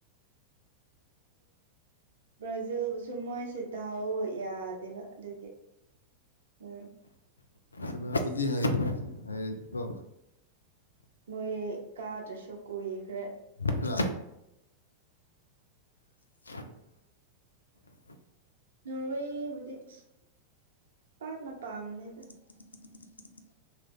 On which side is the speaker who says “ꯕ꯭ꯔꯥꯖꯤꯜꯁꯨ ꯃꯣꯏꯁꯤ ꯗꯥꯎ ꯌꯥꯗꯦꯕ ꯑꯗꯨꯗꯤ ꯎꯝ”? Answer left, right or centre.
Right